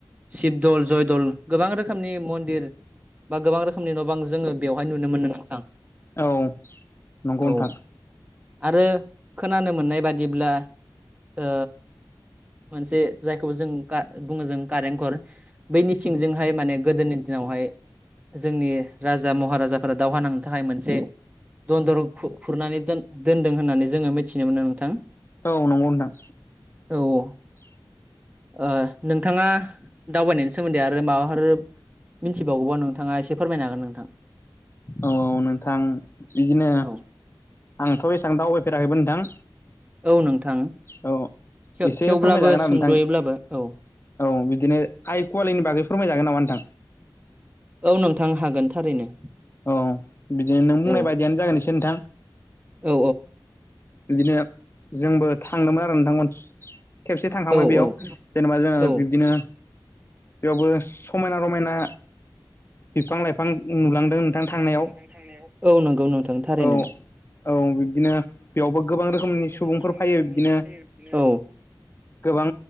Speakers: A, on the right; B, on the left.
A: शिबदल जयदल गोबां रोखोमनि मन्दिर बा गोबां रोखोमनि न बां जोङो बेवहाय नुनो मोनो नोंथां
B: औ नंगौ
A: औ
B: नोंथां
A: आरो खोनानो मोननाय बादिब्ला ओ मोनसे जायखौ जों बुङो जों कारेन्टघर बैनि सिंजोंहाय माने गोदोनि दिनावहाय जोंनि राजा महाराजाफोरा दावहा नांनो थाखाय मोनसे दन्दर‌आव खुरनानै दोन दोनदों होननानै जोङो मिथिनो मोनो नोंथां
B: औ नंगौ नोंथां
A: औ औ
B: <unintelligible>
A: ओ नोंथाङा दावबायनायनि सोमोन्दै आरो माबाफोर मिनथिबावगोबा नोंथाङा एसे फोरमायनो हागोन नोंथां
B: औ नोंथां बिदिनो
A: औ
B: आंथ' एसां दावबायफेराखैबो नोंथां
A: औ नोंथां
B: औ
A: थेव-
B: एसे
A: थेवब्लाबो
B: फोरमायजागोन आरो
A: सुंदयोब्लाबो
B: नोंथां
A: औ
B: औ बिदिनो आइ कुवालिनि बागै फोरमायजागोन नामा नोंथां
A: औ नोंथां हागोन थारैनो
B: औ बिदिनो नों बुंनाय
A: औ
B: बायदियानो जागोन इसे नोंथां
A: औ
B: बिदिनो जोंबो थांदोंमोन आरो नोंथांमोन खेबसे से थांखांबाय
A: औ
B: बेयाव
A: औ
B: जेनेबा जोङो
A: औ
B: बिब्दिनो बेयावबो समायना रमायना बिफां लाइफां नुलांदों नोंथां
A: नुलांदों
B: थांनायाव
A: नोंथां थांनायाव औ नंगौ नोंथां थारैनो
B: औ औ बिब्दिनो बेयावबो गोबां रोखोमनि
A: बेयावबो गोबां
B: सुबुंफोर
A: रोखोमनि
B: फायो
A: सुबुंफोर
B: बिदिनो
A: फैयो बिदिनो
B: गोबां